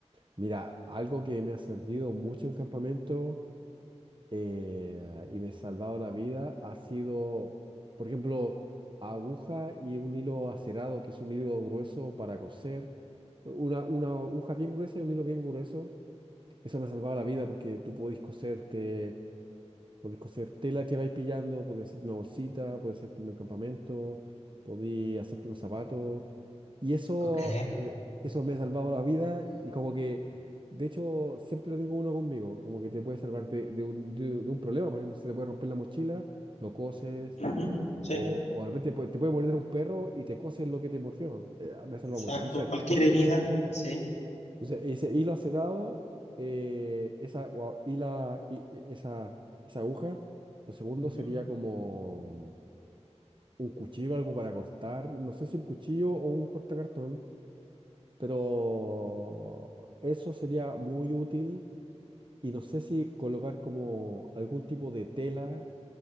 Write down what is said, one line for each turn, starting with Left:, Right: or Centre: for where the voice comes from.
Right: Mira, algo que me ha servido mucho en campamento eh, y me he salvado la vida ha sido, por ejemplo, aguja y un hilo acerado, que es un hilo grueso para coser. Una, una aguja bien gruesa y un hilo bien grueso. Eso me ha salvado la vida porque tú podés coserte, podés coser tela que vais pillando, podés hacer una bolsita, podés hacerte un encampamento, podés hacerte unos zapatos. Y eso,
Left: Ok.
Right: eh, eso me ha salvado la vida y como que, de hecho, siempre tengo uno conmigo, como que te puede salvar de, de un, de- de un problema, por ejemplo, se te puede romper la mochila, lo coses,
Left: Ujú, Sí,
Right: o, o de repente puede- te puede morder un perro y te coses lo que te mordió. Eh, me ha salvado
Left: exacto.
Right: mucho, no sé.
Left: Cualquier herida, sí.
Right: Entonces, ese hilo acerado, eh, esa, o a- hila- i- i- esa, esa aguja, lo segundo
Left: Ujú,
Right: sería como un cuchillo, algo para cortar, no sé si un cuchillo o un cortacartón Pero eso sería muy útil y no sé si colocar como algún tipo de tela